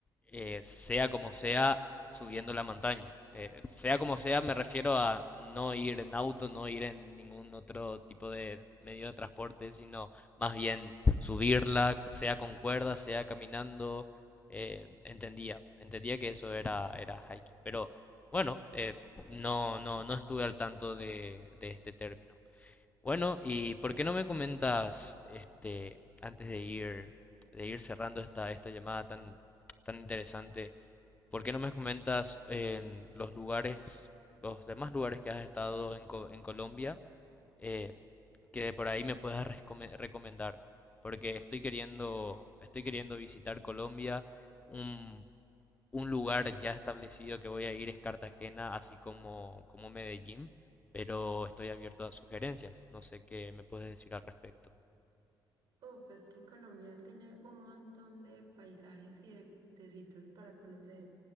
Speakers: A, on the left; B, on the right.
A: eh, sea como sea, subiendo la montaña. Eh, sea como sea, me refiero a no ir en auto, no ir en ningún otro tipo de medio de transporte, sino más bien subirla, sea con cuerda, sea caminando. eh, entendía, entendía que eso era, era hiking, pero bueno, eh, no, no, no estuve al tanto de, de este término. Bueno, ¿y por qué no me comentas, este, antes de ir, de ir cerrando esta, esta llamada tan, tan interesante, por qué no me comentas en los lugares, los demás lugares que has estado en, Co- en Colombia, eh, que por ahí me puedas rescome- recomendar? Porque estoy queriendo, estoy queriendo visitar Colombia, un un lugar ya establecido que voy a ir es Cartagena, así como, como Medellín, pero estoy abierto a sugerencias. No sé qué me puedes decir al respecto.
B: Uf, es que Colombia tiene un montón de paisajes y de, de sitios para conocer.